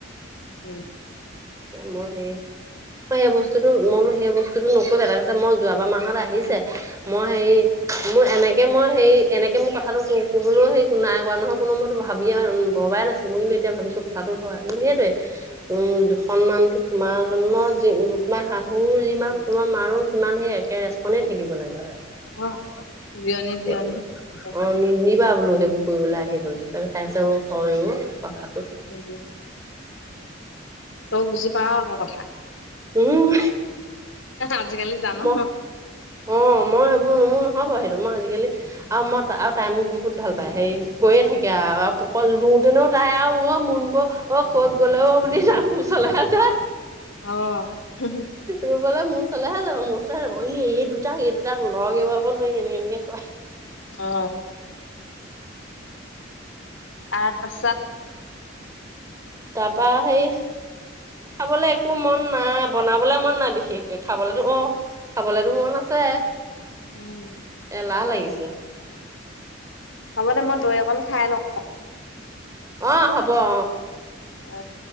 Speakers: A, on the left (about 85°); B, on the right (about 15°).
A: <unintelligible>
B: তকে মই সেই তই এই বস্তুতো মই বোলো সেই বস্তুতো নকৈবা এটাই কৈছে মই যোৱাবাৰ মাহত আহিছে মই হেৰি মোৰ এনেকে মই হেৰি এনেকে মোৰ কথাটো কবলোও হেৰি নাই কৰা নহয় কোনো মত ভাবিয়েন ভবাই নাছিলো মই কিন্তু এতিয়া ভাবিছো কথাটো হয় মই বোলো সেইটোৱে উম সন্মানটো তোমাৰ জন্ম যিম তোমাৰ শাহুৰ যিমান তোমাৰ মাৰো সিমান সেই একে ৰেষ্ট কনে থাকিব লাগে সেইটো
A: অ', বিয়নী বিয়নী থাকে সেইটো।
B: অ নি নিবা বোলো সেইবোৰ ফুবলৈ আহিবল তাৰপাছত তাই কৈছে ও হয়ও কথাটো
A: উম তৌ বুজি পাওঁ আকৌ কথা
B: উম উম
A: আজিকালি জানোহ
B: মই অ মই সেইবোৰ মোৰ নহব সেইটো মই আজিকালি আৰু মই ত তাই মোক বহুত ভাল পায়। হেৰি কৈয়ে থাকে আৰু পকল ৰুওতেনও তাই অও মন বৌ‌ অ ক'ত গ'লেও বুলি যাম মো ওচলেহে যে
A: অ হো হো
B: ৰুবলে মোৰ চলেহে যাব মোৰ ওলহে ৰুব সি এই দুটাক এই দুটাক লৱাগিয়াব নোৱাৰি এনেকে এনেকে
A: অ তাৰ পাছত-
B: তাৰপা সেই- খাবলৈ একো মন নাই বনাবলে মন নাই বিশেষকে খাবলৈতো অঁ খাবলেতো মন আছে।
A: উম
B: এলাহ লাগিছে
A: হ'ব দে মই দৈ অকন খাই লওঁ
B: অ হব অ
A: অঁ